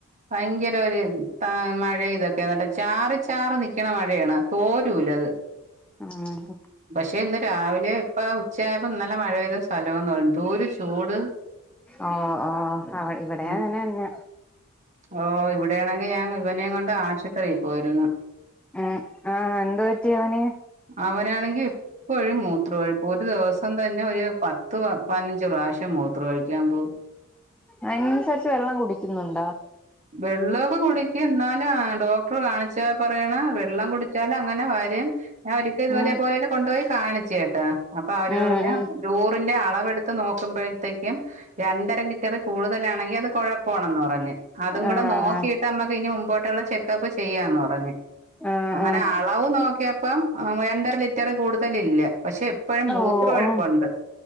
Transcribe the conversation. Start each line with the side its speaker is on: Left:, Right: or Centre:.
Right: ഭയങ്കര ഒരു മഴ ഇതൊക്കെ എന്നട്ട ചാറി ചാറി നൽക്കണ മഴയാണ് തോരൂലത്
Centre: ആഹ
Right: പക്ഷെ ഇന്ന് രാവിലെ ഇപ്പ് ഉച്ചയായപ്പോ ഇന്നലെ മഴെയ്ത സ്ഥലമന്ന് പറ എന്തൂര ചൂട്
Centre: ഓ ഓ അവ ഇവിടെയാങ്ങനെ
Right: ഉം ഓ ഇവിടെയാണെങ്കിൽ ഞാൻ ഇവ നെയം കൊണ്ട് ആശുപത്രിയിൽ പോയിരുന്നു
Centre: ഹ് ആഹ് എന്ത് പറ്റിയ അവന്
Right: അവനാണെങ്കിൽ ഇപ്പഴും മൂത്ര ഒഴിപ്പ് ഒരു ദിവസം തന്നെ ഒരു പത്ത് പതിനഞ്ച് പ്രാവശ്യം മൂത്ര ഒഴിക്കാൻ പോവും
Centre: അതിനനുസരിച്ച് വെള്ളം കുടിക്കുന്നുണ്ടോ
Right: വെള്ളമൊക്കെ കുടിക്കും എന്നാല് ഡോക്ടർ കാണിച്ച പറയാണ്‌ വെള്ളം കുടിച്ചാല അങ്ങനെ വരും ഞാൻ ഒരിക്കൽ ഇതുപോലെ
Centre: ഉം
Right: പോയി അവനെ കൊണ്ടുപോയി കാണിച്ചുട്ടാ അപ്പൊ അവര്
Centre: ഉം
Right: പറഞ്ഞ്
Centre: ഉം
Right: യൂറിന്റെ അളവെടുത്ത് നോക്കുമ്പോഴത്തേക്കും രണ്ടര ലിറ്ററിൽ കൂടുതലാണെങ്കി അത് കുഴപ്പാണെന്ന് പറഞ്ഞ് അതും കൂടെ
Centre: ആഹ്
Right: നോക്കിട്ട് നമ്മക്ക് ഇനി മുമ്പോട്ടുള്ള ചെക്കപ്പ് ചെയ്യാന്ന് പറഞ്ഞ്
Centre: ആഹ്
Right: അങ്ങനെ
Centre: ആഹ് ആഹ്
Right: അളവ് നോക്കിയപ്പം രണ്ടര ലിറ്റർ ലിറ്ററിൽ കൂടുതലില്ല പക്ഷെ എപ്പോഴും മൂത്രം
Centre: ഓ
Right: ഒഴുപ്പുണ്ട്
Centre: ഓ